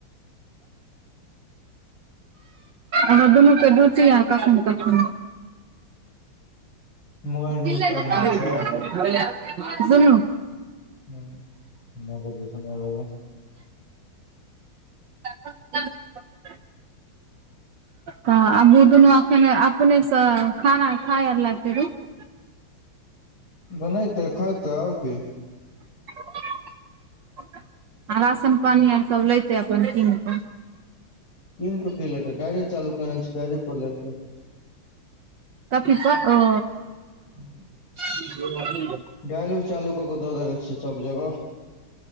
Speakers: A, on the right (about 60°); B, on the left (about 70°).
A: आहा दुनू के रुचि आ कखनो कखनो
B: मोल्डिंग
A: <unintelligible>
B: टाइम मे छै
A: सुनु
B: हं नो बजे न नो बैजे
A: <unintelligible> तऽ आब ओ दुनू अखन अपने से खाना खाय आर लागतइ फेरु <unintelligible>
B: बनाते खायते आओर की
A: <unintelligible> हं राशन पानि आर सभ लयतै अपन किन कऽ
B: किन' क की लेते डायरी चालू कर छै डायरी पर लेतै
A: कभीस ओ
B: हू
A: ओ <unintelligible>
B: गालू चालू कऽ के दऽ देने छियै सब जगह